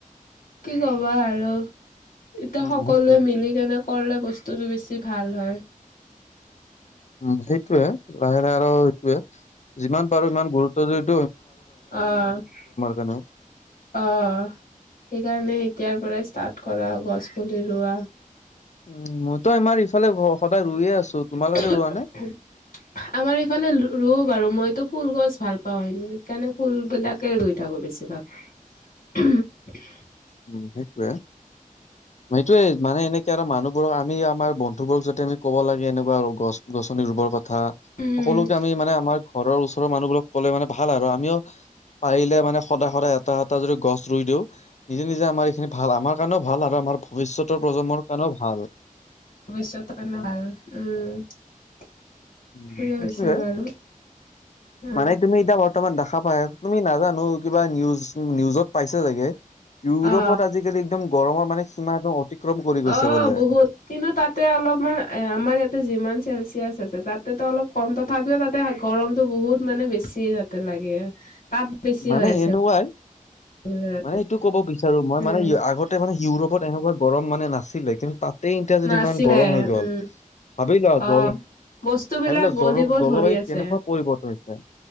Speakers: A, on the left; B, on the left.
A: কি কবা আৰু? এতিয়া
B: উম
A: সকলোৱে
B: সেইটোয়ে
A: মিলি কেনে কৰলে বস্তুটো বেছি ভাল হয়।
B: উম সেইটোয়ে, লাহে লাহে আৰু সেইটোয়ে যিমান পাৰো ইমান গুৰুত্ব যদি
A: অহ',
B: কাৰণেও।
A: অহ' সেইকাৰণে এতিয়াৰ পৰাই ষ্টাৰ্ট কৰা, গছ পুলি ৰুোৱা।
B: উম' মইতো আমাৰ ইফালে সদায় ৰুই এই আছো। তোমালোকে
A: <unintelligible>
B: ৰোৱা নে?
A: আমাৰ ইফালে ৰুও বাৰু, মইতো ফুল গছ ভাল পাওঁ সেইকাৰণে ফুলবিলাকে ৰুই থাকো বেছিভাগ। <unintelligible>
B: উম' সেইটোৱে। সেইটোয়ে মানে এনেকে আৰু মানুহবোৰক আমি আমাৰ বন্ধুবোৰক যদি আমি ক'ব লাগে এনেকুৱা গছ গছনি ৰুবৰ কথা কথা,
A: উম
B: সকলোকে আমি মানে আমাৰ ঘৰৰ ওচৰৰ মানুহবিলাক কলে মানে ভাল আৰু আমিও পাৰিলে মানে সদায় সদায় এটা এটা যদি গছ ৰুই দিওঁ। নিজে নিজে আমাৰ এইখিনি ভাল, আমাৰ কাৰণেও ভাল আৰু আমাৰ ভৱিষ্যতৰ প্ৰজন্মৰ কাৰণেও ভাল।
A: ভৱিষ্যতৰ কাৰণেও ভাল, উম।
B: উম'
A: ঠিকে
B: সেইটোৱে।
A: কৈছা বাৰু অ
B: মানে তুমি ইতা বৰ্তমান বৰ্তমান দেখা পায়, তুমি নাজানো কিবা নিউজ-নিউজত পাইছে চাগে। ইউৰোপত
A: অ
B: আজিকালি একদম গৰমৰ মানে সীমা একদম অতিক্ৰম কৰি গৈছে
A: অহ'
B: বোলে।
A: বহুত কিন্তু তাতে অলপমান এ, আমাৰ ইয়াতে যিমান চেলচিয়াছ চেলচিয়াছ তাতেতো অলপ কম তথাপিওঁ তাতে গৰমতটো বহুত মানে, বেছি তাতে লাগে। তাপ বেছি
B: মানে
A: হৈ আছে
B: এনেকুৱাই।
A: বোলে তাতে
B: মানে এইটো ক'ব বিচাৰো মই
A: উম
B: মানে ইয়াত আগতে মানে ইউৰোপত এনেকুৱা গৰম মানে নাছিলে, কিন্তু তাতেই এতিয়া যদি
A: নাছিলে
B: ইমান গৰম হৈ গ'ল।
A: উম
B: ভাবিলা
A: অ
B: জল,
A: বস্তু বিলাক
B: ভাবিলা
A: গলিব
B: জল জলবায়ু
A: ধৰি আছে
B: কেনেকুৱা পৰিৱৰ্তন হৈছে।